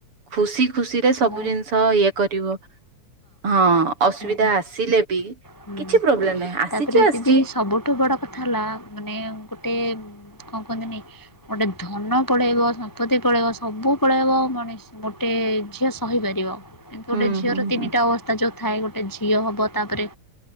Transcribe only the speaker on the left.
ମୁଁ
ହୁଁ
ହୁଁ
ତାପରେ
ଦିଦି ସବୁଠୁ ବଡ କଥା ହେଲା ମାନେ ଗୋଟେ କଣ କହନ୍ତିନି ଗୋଟେ ଧନ ପଳେଇବ ସମ୍ପତ୍ତି ପଳେଇବ ସବୁବେଳେ ମଣିଷ ଗୋଟେ ଝିଅ ସହିପାରିବ କିନ୍ତୁ
ଗୋଟେ ଝିଅର
ତିନିଟା
ଅବସ୍ଥା ଯଉ ଥାଏ ଗୋଟେ ଝିଅ ହବ, ତାପରେ